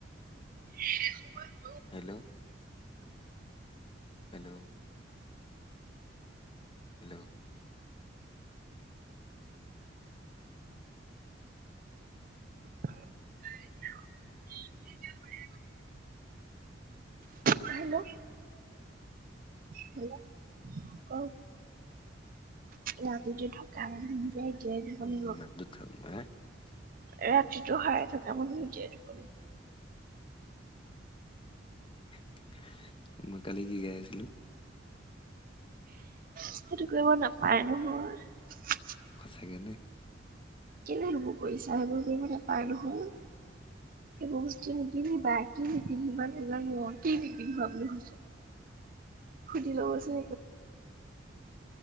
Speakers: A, on the right; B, on the left.
A: <inaudible>
B: Hello! hello! Hello!
A: <unintelligible> Hello hello ক ৰাতিটো থকা অ নিজেই জীয়াই দিব
B: অ
A: লাগিব।
B: মাতটো থাম <inaudible>
A: ৰাতিতো হাৰাই থকা মানুহ নিজে <unintelligible>
B: <inaudible> মই কালি কি গাই আছিলো?
A: সেইটো কৰিব নাপায় নহয়।
B: সচাকে নে।
A: কেলে সেইবোৰ কৰিছা সেইবোৰ কৰিবে নপাই নহয়। সেই বস্তু নি বা কি মিটিং সমান এজন ন <unintelligible> হৈছে। সুদি লব চোন